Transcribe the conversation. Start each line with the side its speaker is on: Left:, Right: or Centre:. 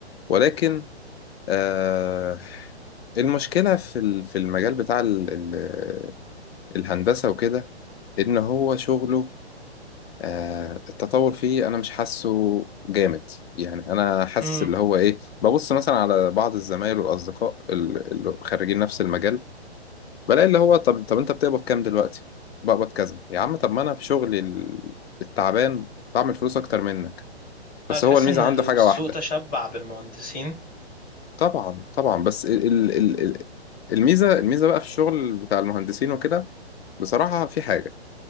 Left: ولكن آه المشكله في ال- في المجال بتاع ال ال الهندسه وكده ان هو شغله آه التطور فيه انا مش حاسه جامد يعني انا حاسس
Centre: امم
Left: اللي هو ايه ببص مثلا على بعض الزمايل والاصدقاء ال- اللي خريجين نفس المجال بلاقي اللي هو طب طب انت بتقبض كام دلوقتي بقبض كذا يا عم طب ما انا في شغلي ال- التعبان بعمل فلوس اكتر منك
Centre: هتحس
Left: بس هو الميزه
Centre: ان
Left: عنده
Centre: السوق
Left: حاجه واحده
Centre: تشبع بالمهندسين
Left: طبعا طبعا بس ال ال ال ال- الميزه الميزه بقى في الشغل بتاع المهندسين وكده بصراحه في حاجه